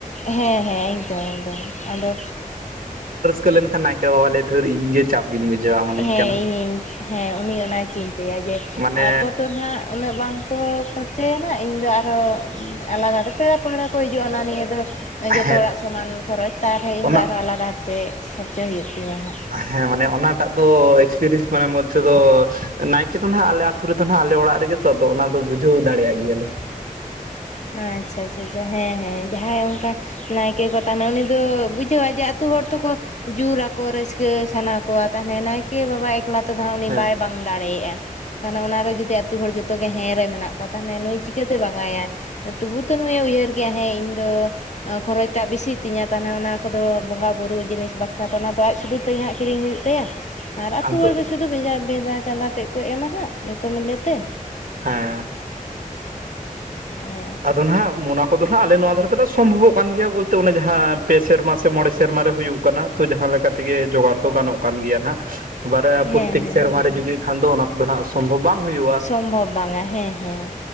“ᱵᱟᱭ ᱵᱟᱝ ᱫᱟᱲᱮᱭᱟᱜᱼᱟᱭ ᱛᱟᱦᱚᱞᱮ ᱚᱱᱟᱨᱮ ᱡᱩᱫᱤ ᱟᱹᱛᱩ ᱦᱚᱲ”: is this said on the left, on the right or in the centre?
Left